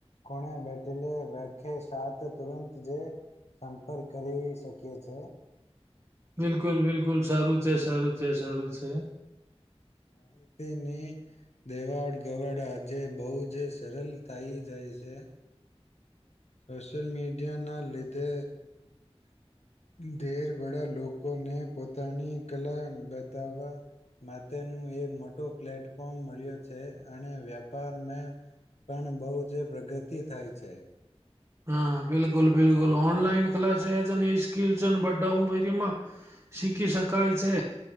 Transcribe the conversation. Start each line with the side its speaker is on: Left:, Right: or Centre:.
Left: ખૂણે બેટેલે વ્યાખ્ય સાત તુરંત જે સંપર્ક કરી શકીએ છીએ
Right: બિલકુલ બિલકુલ સારું છે સારુ છે સારુ છે
Left: માહિતીની દેવાડગવડ આજે બહુ જ સરળ થઈ જાય છે. સોશિયલ મીડિયાના લીધે બડા લોકોને પોતાની કલા બતાવવા માટેનું એક મોટો પ્લેટફોર્મ મળ્યો છે અને વ્યાપારમે પણ બહુ જ પ્રગતિ થાય છે.
Right: હા બિલકુલ બિલકુલ ઓનલાઈન ક્લાસજ અને સ્કીલ અને બધા હ ફરીમાં શીખી શકાય છે.